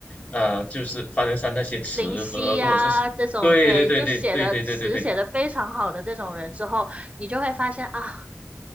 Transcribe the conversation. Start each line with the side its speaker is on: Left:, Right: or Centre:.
Left: 呃，就是方文山那些词和，
Right: 林夕呀这种，
Left: 如果是对对对对对对对对对，
Right: 对，就写的词写的非常好的这种人之后，你就会发现啊，